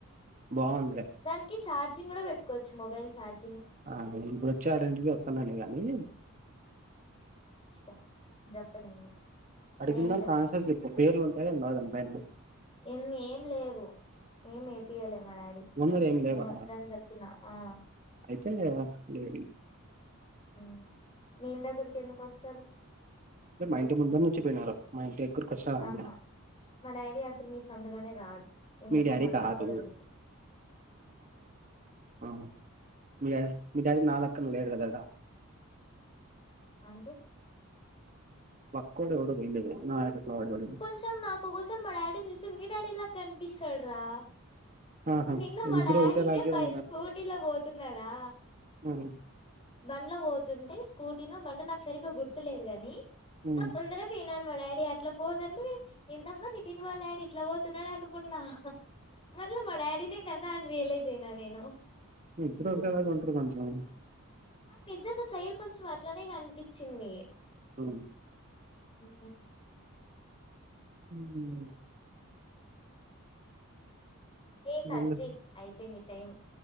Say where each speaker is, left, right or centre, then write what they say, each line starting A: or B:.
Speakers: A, on the right (about 35°); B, on the left (about 25°).
A: బాగుందిలే
B: దానికి ఛార్జింగ్ కూడా పెట్టుకోవచ్చు మొబైల్ చార్జి
A: అ ఇప్పుడు వచ్చే అటువంటి కి వస్తున్నాలే గాని
B: ఛీ పో నేను చెప్పను ఇంగ నేనే
A: అడిగిన
B: ఏం
A: దానికి
B: చెప్పను
A: ఆన్సర్ చెప్పు పేర్లు ఉంటాయో ఉండవో దానిపైన
B: ఏం ఏం లేవు ఏం ఏపియలే మా డాడీ
A: ముందర ఏం
B: మేము
A: లేవా
B: వద్దని చెప్పిన ఆ
A: అయితే లే
B: హు విని దగ్గరకి ఎందుకు వస్తారు
A: మా ఇంటి ముందని నుంచిపోయినారు మా ఇంటి దగ్గరకు వస్తారండి
B: ఆహా మా డాడీ అసలు మీ సందులోనే రాడు ఎందుకోమరి
A: మీ డాడీ కాదు
B: నా కూడా
A: మీ
B: తెలియదు
A: ఆహా మీ డా మీ డాడీ నా లెక్క లేడు కదా ఆడ
B: అంటే
A: బక్కోడు ఎవడో పోయిండు అది నా వాడు
B: కొంచెం నాకు ఒకోసారి మా డాడీని చూస్తే మీ డాడీ లాగా కనిపి పిస్తారా రా
A: ఆహా
B: నిన్న మా
A: ఇద్దరు
B: డాడీనే
A: ఒకటేలాగే
B: బై
A: ఉన్నారు
B: స్కూటీల పోతున్నాడా
A: ఆ,
B: బండ్ల పోతుంటే స్కూటీనో బండి నాకు సరిగ్గా గుర్తులేదు గాని
A: ఆ,
B: ముందర మీ నాన్న మా డాడీ అట్లా పోతాంటే నేను ఏందబ్బా నితిన్ వల్ల డాడీ ఇట్లా పోతున్నాడు అనుకున్నా మల్ల మా డాడీనే కదా అని రియలైజ్ అయినా నేను
A: ఇద్దరు ఒకేలాగా ఉంటారు కొంచం
B: నిజంగా సైడ్ కొంచెం అట్లనే కానిపి చింది
A: ఆ
B: ఉ
A: ఊ
B: ఏ కటజేయ్
A: వెళ్ళు.
B: అయిపో ని టైం